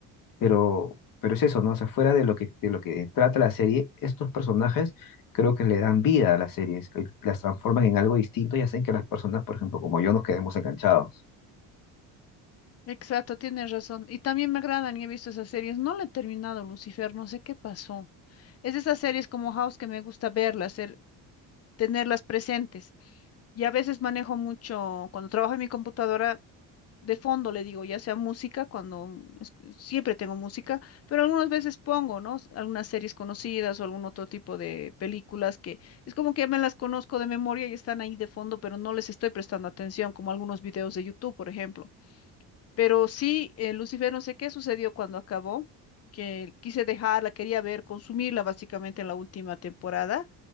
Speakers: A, on the left; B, on the left.
A: Pero, pero es eso, ¿no? O sea, fuera de lo que, de lo que trata la serie, estos personajes creo que le dan vida a las series, eh, las transforman en algo distinto y hacen que las personas, por ejemplo, como yo, nos quedemos enganchados.
B: Exacto, tienes razón. Y también me agradan y he visto esas series. No la he terminado, Lucifer, no sé qué pasó. Es de esas series como House que me gusta verlas, ser- tenerlas presentes. Y a veces manejo mucho, cuando trabajo en mi computadora, de fondo le digo, ya sea música, cuando escu- siempre tengo música, pero algunas veces pongo, ¿no? Algunas series conocidas o algún otro tipo de películas que es como que ya me las conozco de memoria y están ahí de fondo, pero no les estoy prestando atención, como algunos videos de YouTube, por ejemplo. Pero sí, eh, Lucifer, no sé qué sucedió cuando acabó, que quise dejarla, quería ver, consumirla básicamente en la última temporada